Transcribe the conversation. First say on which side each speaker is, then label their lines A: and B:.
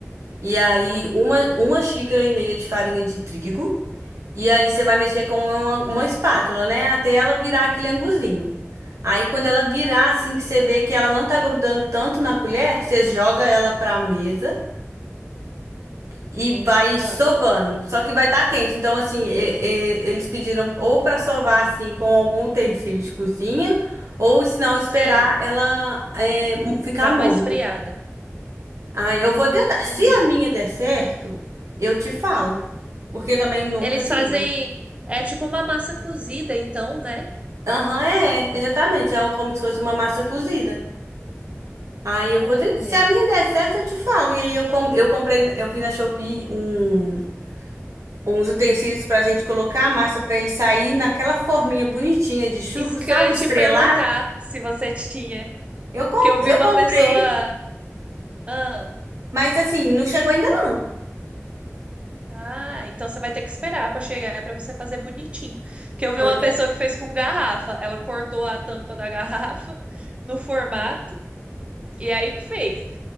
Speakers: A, on the right; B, on the right.
A: e aí
B: Hum,
A: uma, uma xícara e meia de farinha de trigo. E aí você vai mexer com uma, uma espátula, né? Até ela virar aquele anguzinho. Aí quando ela virar, assim que você vê que ela não tá grudando tanto na colher, você joga ela pra mesa e vai
B: ah,
A: sovando. Só que vai estar quente. Então, assim, e- e- eles pediram ou pra sovar, assim, com algum utensílio de cozinha, ou se não,
B: sim.
A: esperar ela é, ficar
B: Dá
A: morna.
B: uma esfriada.
A: Aí
B: Hum.
A: eu vou tentar. Se a minha der certo, eu te falo. Porque eu também nunca
B: Eles
A: fiz.
B: fazem. É tipo uma massa cozida, então, né?
A: Aham, é, exatamente. É um- como se fosse uma massa cozida. Aí
B: Olha.
A: eu vou ter, se a minha der certo, eu te falo. E aí eu, com- eu comprei, eu vi na Shopee um, uns utensílios pra gente colocar a massa pra ele sair naquela forminha bonitinha de churro,
B: Isso que
A: sabe?
B: eu ia
A: Estrelado.
B: te perguntar se você tinha.
A: Eu, com-
B: Que eu vi
A: eu
B: uma
A: comprei,
B: pessoa. Ah,
A: mas assim, não chegou ainda não.
B: ah, então você vai ter que esperar pra chegar pra você fazer bonitinho. Que eu vi
A: Pois
B: uma pessoa
A: é.
B: que fez com garrafa. Ela cortou a tampa da <laughs> garrafa no formato e aí fez.